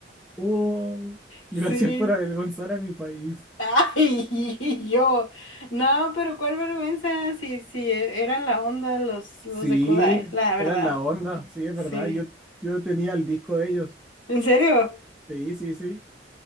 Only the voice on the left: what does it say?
Sí.
Ay, yo. No, pero cuál vergüenza. Sí, sí, e- eran la onda los, los
de Kudai, la verdad.
Sí.
¿En serio?